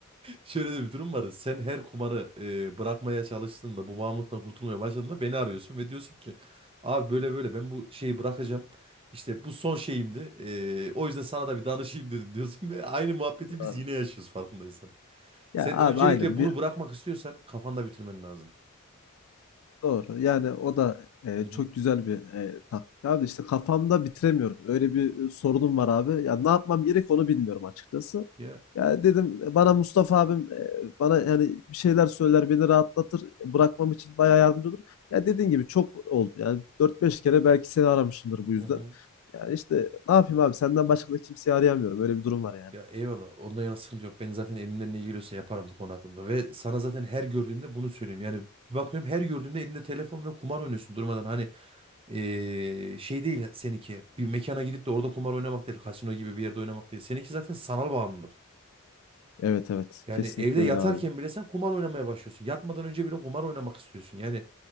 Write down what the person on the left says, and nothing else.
Abi,
Ya
abi
aynen
Doğru. Yani o da, eee,
çok güzel bir, eee, taktik abi. işte kafamda bitiremiyorum. Öyle bir, ııı, sorunum var abi. Ya, ne yapmam gerek onu bilmiyorum açıkçası.
Ya, dedim, eee, bana Mustafa abim, eee, bana, yani, bir şeyler söyler, beni rahatlatır, bırakmam için bayağı yardımcı olur. Ya, dediğin gibi çok oldu. Yani, dört beş kere belki seni aramışımdır bu yüzden.
Yani, işte, ne yapayım abi? Senden başka da kimseyi arayamıyorum. Öyle bir durum var yani.
Evet, evet.
Kesinlikle
öyle abi.